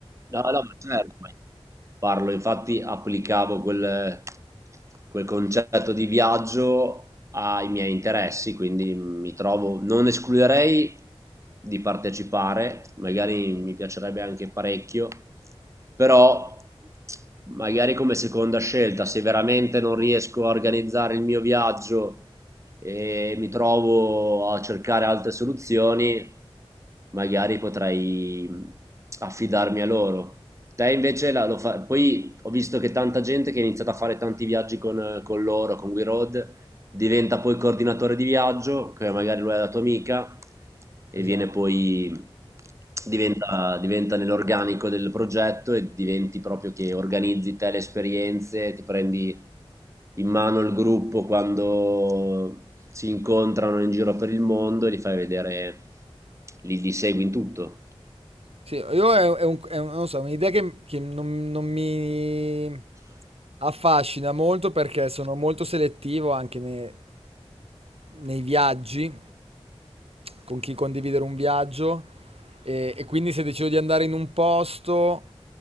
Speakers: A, on the right (about 30°); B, on the right (about 65°).
A: No, no, ma certo, ma parlo, infatti applicavo quel, quel concetto di viaggio ai miei interessi, quindi mi trovo, non escluderei di partecipare, magari mi piacerebbe anche parecchio, però magari come seconda scelta, se veramente non riesco a organizzare il mio viaggio e mi trovo a cercare altre soluzioni, magari potrei affidarmi a loro. Te invece la- lo fa- poi ho visto che tanta gente che ha iniziato a fare tanti viaggi con, con loro, con WeRoad, diventa poi coordinatore di viaggio, che magari lui è la tua amica, e
B: Esatto.
A: viene poi, diventa, diventa nell'organico del progetto e diventi proprio che organizzi te le esperienze, ti prendi in mano il gruppo quando si incontrano in giro per il mondo e li fai vedere, li, li segui in tutto.
B: Sì, io è, è un- è un- non lo so, un'idea che, che non, non mi affascina molto perché sono molto selettivo anche ne- nei viaggi, con chi condividere un viaggio e, e quindi se decido di andare in un posto